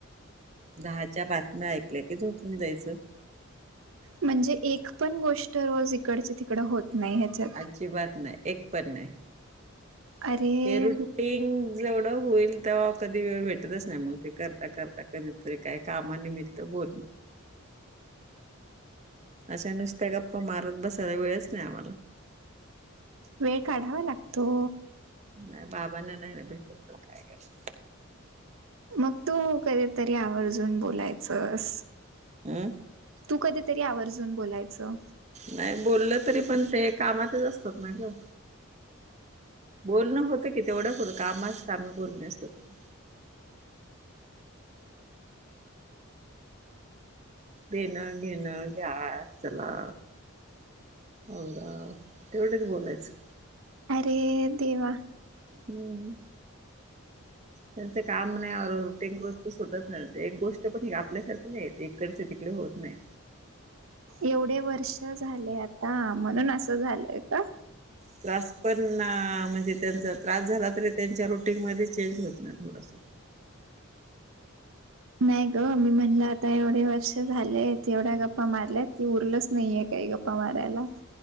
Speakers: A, on the right; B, on the right.
A: दहाच्या बातम्या ऐकल्या की, झोपून जायचं.
B: म्हणजे एक पण गोष्ट, रोज इकडची तिकडं होत नाही ह्याच्यात.
A: अजिबात नाही. एक पण नाही.
B: अरे
A: हे रुटीन जेवढं होईल तेव्हा, कधी वेळ भेटतच नाही मग ते. करता करता, कधीतरी काही कामानिमित्त बोलण अशा नुसत्या गप्पा मारत बसायला, वेळच नाही आम्हाला.
B: वेळ काढावा लागतो.
A: नाही बाबांना नाही ना भेटत, पण काय करायच.
B: मग तू कधीतरी आवर्जून बोलाय चस.
A: अं
B: तू कधीतरी आवर्जून बोलायचं.
A: नाही बोललं तरी पण, ते कामातच असतात ना गं. बोलणं होतं कि तेवढ्या पुरत, कामास काम बोलणे असत ते. पेन, घेणं, घ्या, चला.
B: <unintelligible>
A: आवरा तेवढंच बोलायचं.
B: अरे देवा
A: हम्मं त्यांचं काम नाही, रुटीन रोजचं सुटत नव्हते एक गोष्ट पण आपल्यासारखं नाहीेत इकडच तिकडे होत नाही.
B: एवढे वर्ष झाले आता, म्हणून असं झालंय का?
A: त्रास पण, ना म्हणजे त्येचा त्रास झाला तरी त्यांच्या रुटीनमध्ये चेंज होत नाही थोडस
B: नाही गं मी म्हणलं आता एवढे वर्ष झालेत, एवढ्या गप्पा मारल्यात की उरलच नाहीय काही गप्पा मारायला